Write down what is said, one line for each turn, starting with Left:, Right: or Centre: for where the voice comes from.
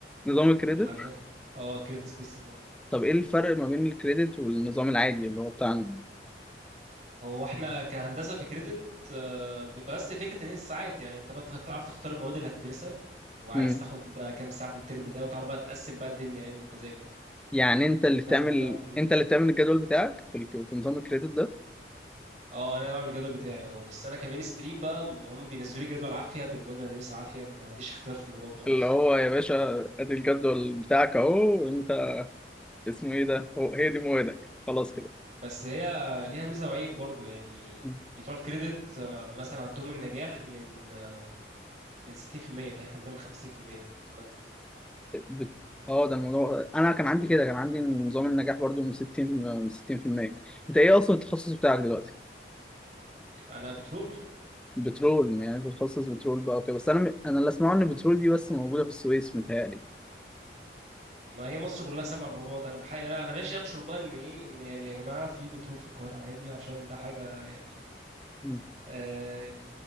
Centre: نظام الكريدت
Right: اللي عندنا اه كريدت سيستم اه
Centre: طب ايه الفرق ما بين الكريدت والنظام العادي اللي هو بتاعنا
Right: هو احنا كهندسه في كريدت آه، بس فكره ان هي الساعات يعني انت بقى بتخ- تعرف تختار المواد اللي هتدرسها وعايز
Centre: امم
Right: تاخد بقى كام ساعه في الترم ده وتعرف بقى تقسم بقى الدنيا يعني بمزاجك
Centre: يعني انت اللي
Right: انما
Centre: بتعمل
Right: احنا في ال...
Centre: انت اللي بتعمل الجدول بتاعك في, الك... في نظام الكريدت ده
Right: اه انا بعمل الجدول بتاعي اه بس انا كمان ستريم بقى م- هم بينزلوا لي جدول عافيه بالمواد اللي هدرسها عافيه ما عنديش اختيار في الموضوع ده خالص
Centre: اللي هو يا باشا ادي الجدول بتاعك اهو انت اسمه ايه ده هو هي دي موادك خلاص كده
Right: بس هي ليها ميزه وعيب برضو يعني
Centre: مم.
Right: بتوع الكريدت آه، مثلا عندهم النجاح من آه، من 60% احنا عندنا من 50% في المية في الماده
Centre: بت... اه ده الموضوع انا كان عندي كده كان عندي نظام النجاح برضو من 60 من 60% انت ايه اصلا التخصص بتاعك دلوقتي
Right: انا بترول
Centre: بترول يعني انت بتخصص بترول بقى اوكي بس انا م... انا اللي اسمعه ان بترول دي بس موجوده في السويس متهيألي
Right: ما هي مصر كلها سامعه الموضوع ده انا بحقيقة لا انا ماشي انشر بقى ان ايه ان يعني يا جماعه في بترول في القاهره عادي عشان ده حاجه يعني
Centre: مم.
Right: آه